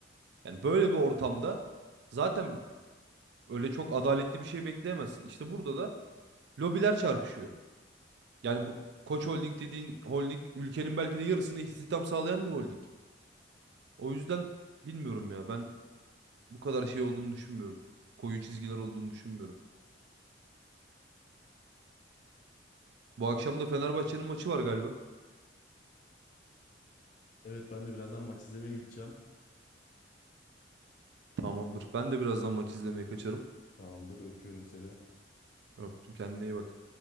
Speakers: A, on the right; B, on the left.
A: Yani böyle bir ortamda zaten öyle çok adaletli bir şey bekleyemezsin. İşte burada da lobiler çarpışıyor. Yani bu Koç Holding dediğin holding ülkenin belki de yarısını istihdam sağlayan bir holding. O yüzden bilmiyorum ya ben bu kadar şey olduğunu düşünmüyorum. Koyu çizgiler olduğunu düşünmüyorum. Bu akşam da Fenerbahçe'nin maçı var galiba.
B: Evet ben de birazdan maç izlemeye gideceğim.
A: Tamamdır. Ben de birazdan maç izlemeye kaçarım.
B: Tamamdır öpüyorum seni.
A: Öptüm. Kendine iyi bak.